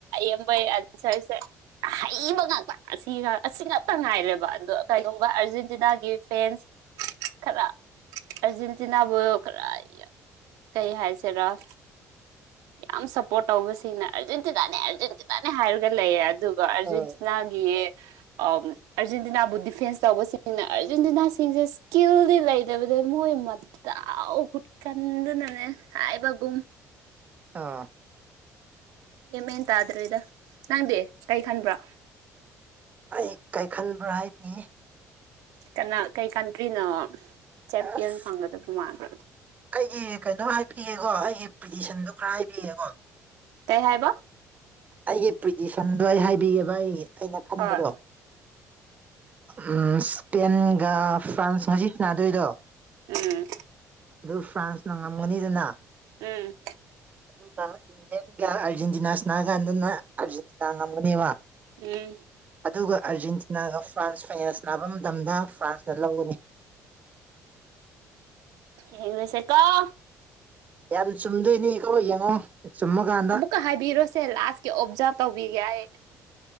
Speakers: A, on the right; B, on the right.
A: ꯑꯕꯩ ꯑ ꯆꯁꯦ ꯑꯍꯩꯕ ꯉꯥꯛꯇ ꯑꯁ ꯑꯩꯒ ꯑꯁꯤ ꯉꯥꯛꯇ ꯉꯥꯏꯔꯦꯕ ꯑꯗꯣ ꯀꯩꯒꯨꯝꯕ ꯑꯥꯔꯖꯦꯟꯇꯤꯅꯥꯒꯤ ꯐꯦꯟꯁ ꯈꯔ ꯑꯔꯖꯦꯟꯇꯤꯅꯥꯕꯨ ꯈꯔ ꯀꯩ ꯍꯥꯏ ꯁꯤꯔ‌ꯣ ꯌꯥꯝ ꯁꯄꯣꯔꯠ ꯇꯧꯕꯁꯤꯡꯅ ꯑꯥꯔꯖꯦꯟꯇꯤꯅꯥꯅꯦ ꯑꯥꯔꯖꯦꯟꯇꯤꯅꯥꯅꯦ ꯍꯥꯏꯔꯒ ꯂꯩꯌꯦ ꯑꯗꯨꯒ ꯑꯥꯔꯖꯦꯟꯇꯤꯅꯥꯒꯤ
B: ꯑꯥ
A: ꯑꯥꯔꯖꯦꯟꯇꯤꯅꯥꯕꯨ ꯗꯤꯐꯦꯟꯁ ꯇꯧꯕꯁꯤꯡꯅ ꯑꯥꯔꯖꯦꯟꯇꯤꯅꯥꯁꯤꯡꯁꯦ ꯏꯁꯀꯤꯜꯗꯤ ꯂꯩꯇꯕꯗ ꯃꯣꯏ ꯇꯥꯎ ꯈꯨꯠꯀꯟꯗꯨꯅꯅꯦ ꯍꯥꯏꯕꯒꯨꯝ
B: ꯑꯥ
A: ꯒꯥꯏꯟꯃꯦꯟ ꯇꯥꯗ꯭ꯔꯦꯗ ꯅꯪꯗꯤ ꯀꯩ ꯈꯟꯕ꯭ꯔꯥ
B: ꯑꯩ ꯀꯩ ꯈꯟꯕ꯭ꯔꯥ ꯍꯥꯏꯗꯤ
A: ꯀꯅꯥ ꯀꯩ ꯀꯟꯇ꯭ꯔꯤꯅ‌ꯣ ꯆꯦꯝꯄꯤꯌꯟ
B: ꯑꯁ
A: ꯐꯪꯒꯗꯕ ꯃꯥꯟꯕ꯭ꯔ
B: ꯑꯩꯒꯤ ꯀꯩꯅꯣ ꯍꯥꯏꯕꯤꯒꯦꯀꯣ ꯑꯩꯒꯤ ꯄꯤꯇꯤꯁꯟꯗꯣ ꯈꯔ ꯍꯥꯏꯕꯤꯒꯦꯀꯣ
A: ꯀꯩ ꯍꯥꯏꯕ
B: ꯑꯩꯒꯤ ꯄ꯭ꯤꯇꯤꯁꯟꯗꯣ ꯑꯩ ꯍꯥꯏꯕꯤꯑꯦꯕ ꯑꯩ ꯑꯩꯅ ꯈꯟꯕꯗꯣ
A: ꯍꯣꯏ
B: ꯎꯝ ꯏꯁꯄꯦꯟꯒ ꯐ꯭ꯔꯥꯟꯁ ꯉꯁꯤ ꯁꯥꯅꯗꯣꯏꯗꯣ
A: ꯎꯝ
B: ꯑꯗꯨ ꯐ꯭ꯔꯥꯟꯁꯅ ꯉꯝꯒꯅꯤꯗꯅ
A: ꯎꯝ
B: ꯑꯗꯨꯒ ꯏꯪꯂ ꯑꯔꯖꯦꯟꯇꯤꯅꯥ ꯁꯅꯥꯒꯥꯟꯗꯅ ꯑꯔꯖꯦꯟꯇꯤꯅꯥ ꯉꯝꯅꯦꯕ
A: ꯎꯝ
B: ꯑꯗꯨꯒ ꯑꯥꯔꯖꯦꯟꯇꯤꯅꯥꯒ ꯐ꯭ꯔꯥꯟꯁ ꯐꯁ ꯅꯥꯕ ꯃꯇꯝꯗ ꯐ꯭ꯔꯥꯟꯁꯅ ꯂꯧꯒꯅꯤ
A: ꯌ‌ꯦꯡ ꯂꯁ‌ꯦꯀ‌ꯣ
B: ꯌꯥꯝ ꯆꯨꯝꯗꯣꯏꯅꯤ ꯀ‌ꯣ ꯌꯦꯡꯉꯣ ꯆꯨꯝꯃ ꯀꯥꯟ
A: ꯑꯃꯨꯛꯀ ꯍꯥꯏꯕꯤꯔꯣꯁꯦ ꯂꯥꯁꯀꯤ ꯑꯣꯕꯖꯥꯔꯕ ꯇꯧꯕꯤꯒꯦ ꯑꯩ